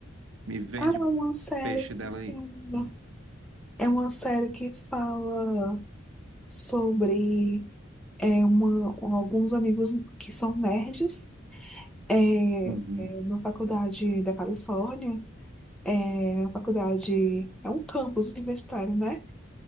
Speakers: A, on the right; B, in the centre.
A: Me vende
B: Ah, é
A: o
B: uma série.
A: peixe dela aí.
B: linda.
A: Hum,
B: É uma série que fala sobre é, uma, alguns amigos que são nerds. É,
A: Uhum,
B: é uma faculdade da Califórnia, é uma faculdade, é um campus universitário, né?